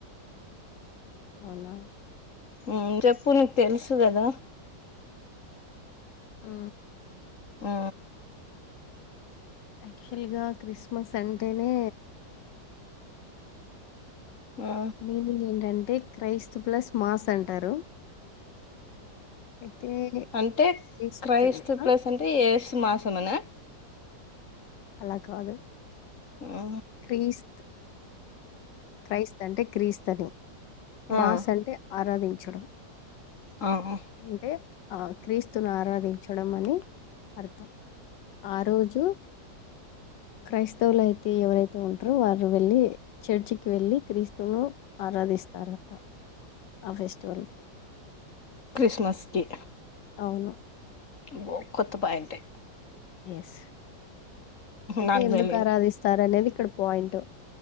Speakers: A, on the left; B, on the left.
A: అవునా
B: మ్ చెప్పు నీకు తెలుసు కదా
A: ఆ
B: ఆ
A: యాక్చువల్గా క్రిస్మస్ అంటేనే
B: ఆ
A: మీనింగ్ ఏంటం అంటే క్రైస్తు ప్లస్ మాస్ అంటారు అయితే
B: అంటే
A: క్రీస్తు
B: క్రైస్త
A: ఆ,
B: ప్లేస్ అంటే ఏ మాసమనా
A: అలా కాదు
B: ఆ
A: క్రీస్త్ క్రైస్త్ అంటే క్రీస్తని మాస్
B: ఆ
A: అంటే ఆరాధించడం
B: ఆ
A: అంటే ఆ క్రీస్తును ఆరాధించడం అని కడతాం ఆ రోజు క్రైస్తవులయితే ఎవరైతే ఉంటారో వారు వెల్లి చర్చ్ కి వెళ్ళి క్రీస్తు తును ఆరాధిస్తారట ఫెస్టివల్కి
B: క్రిస్మస్కి
A: అవును
B: బొ కొత్తపాయింటే
A: ఎస్ అయితే
B: నాకు
A: ఎందుకు
B: తెలీదు
A: ఆరాధిస్తారు అనేది ఇక్కడ పాయింట్